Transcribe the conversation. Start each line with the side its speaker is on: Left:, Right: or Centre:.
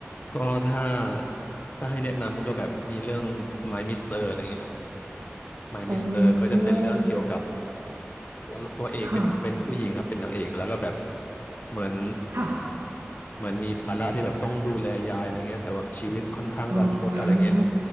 Left: ก็ถ้าถ้าให้แนะนำก็แบบมีเรื่อง My Mister อะไรเงี้ยครับ My
Right: อื
Left: Mister ก็จะเป็นเรื่องเกี่ยวกับ
Right: ม
Left: ตัวตัวเอกเป็นเป็นผู้หญิงครับเป็นนางเอกแล้วก็แบบ
Right: ค่ะ
Left: เหมือน
Right: ค่ะ
Left: เหมือนมีภาระที่แบบต้องดูแลยายอะไรเงี้ยแต่แบบชีวิตค่อนข้างรันทดอะไรเงี้ย
Right: อ๋อ